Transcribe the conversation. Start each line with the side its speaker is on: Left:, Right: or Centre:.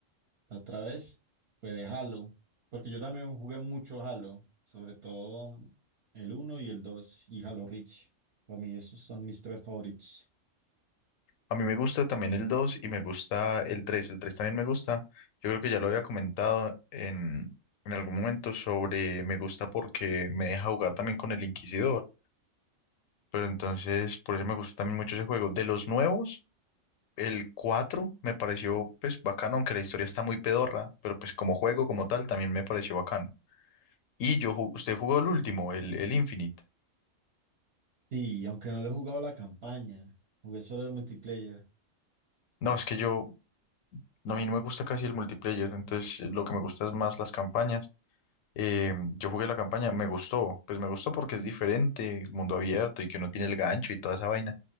Right: la otra vez fue de Halo. Porque yo también jugué mucho Halo, sobre todo el uno y el 2 y Halo Reach. Para mí esos son mis tres favoritos.
Left: A mí me gusta también el 2 y me gusta el 3. El 3 también me gusta. Yo creo que ya lo había comentado en, en algún momento sobre me gusta porque me deja jugar también con el Inquisidor. Pero entonces, por eso me gusta también mucho ese juego. De los nuevos, El 4 me pareció pues bacano, aunque la historia está muy pedorra, pero pues como juego como tal también me pareció bacano. Y yo, ju- usted jugó el último, el, el Infinite.
Right: Sí, aunque no le he jugado la campaña, jugué solo el multiplayer.
Left: No, es que yo, no, a mí no me gusta casi el multiplayer, entonces eh, lo que me gusta es más las campañas. Eh, yo jugué la campaña, me gustó, pues me gustó porque es diferente, el mundo abierto y que uno tiene el gancho y toda esa vaina.